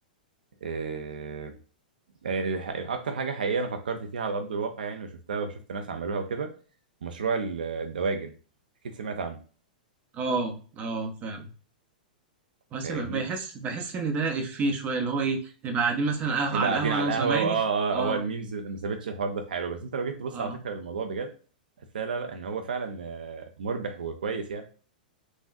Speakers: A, on the right; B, on the right.
A: آه، يعني الح- اكتر حاجه حقيقيه انا فكرت فيها على ارض الواقع يعني وشفتها وشفت ناس عملوها وكده مشروع ال- الدواجن اكيد سمعت عنه
B: اه آه، فعلا بس
A: فاهمني
B: ب- بحس بحس ان ده افيه شويه اللي هو ايه نبقى قاعدين مثلا قهوه
A: يبقى
B: على القهوه
A: قاعدين على
B: انا وزمايلي
A: القهوه واه اه
B: اه
A: آه، هو الميمز ما سابتش الحوار ده في حاله بس انت لو جيت تبص
B: اه
A: على فكره الموضوع بجد هتلاقي لا لا ان هو فعلا آه، مربح وكويس يعني